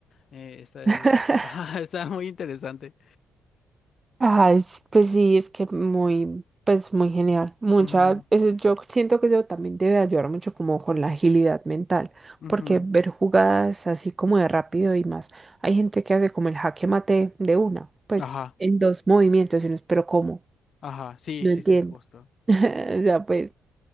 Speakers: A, on the left; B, on the right.
A: Eh, está,
B: <laughs>
A: <laughs> ajá, está muy interesante.
B: Ay, s- pues sí, es que muy, pues muy genial. Mucha,
A: Ujú,
B: eso yo siento que eso también debe ayudar mucho como con la agilidad mental,
A: ujú.
B: porque ver jugadas así como de rápido y más. Hay gente que hace como el jaque mate de una, pues
A: Ajá,
B: en dos movimientos, y uno, pero ¿cómo?
A: ajá, sí,
B: No
A: sí,
B: entiendo.
A: sí, justo.
B: <laughs> O sea, pues,